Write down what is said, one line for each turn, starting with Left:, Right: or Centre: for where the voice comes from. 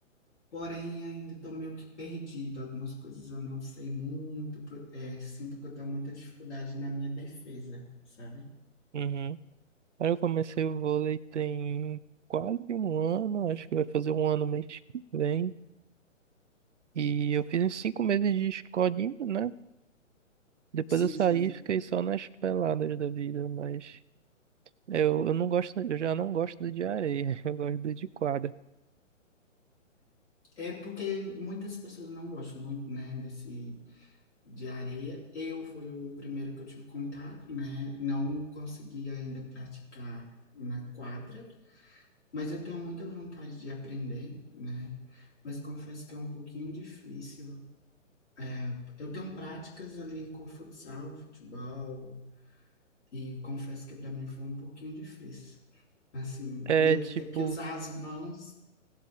Left: porém ainda tô meio que perdido, algumas coisas eu não sei muito, pro- é, sinto que eu tenho muita dificuldade na minha defesa, sabe?
Right: Uhum. Aí eu comecei o vôlei tem quase um ano, acho que vai fazer um ano mês que vem. E eu fiz uns cinco meses de escolinha, né? Depois
Left: Sim,
Right: eu saí
Left: sim.
Right: e fiquei só nas peladas da vida, mas eu, eu não gosto, eu já não gosto do de areia, <laughs> eu gosto do de quadra.
Left: É, é porque muitas pessoas não gostam muito, né, desse de areia. Eu fui o primeiro que eu tive contato, né? Não consegui ainda praticar na quadra, mas eu tenho muita vontade de aprender, né? Mas confesso que é um pouquinho difícil. É, eu tenho práticas ali com futsal, futebol, e confesso que para mim foi um pouquinho difícil. Assim,
Right: É
Left: meio que
Right: tipo,
Left: ter que usar as mãos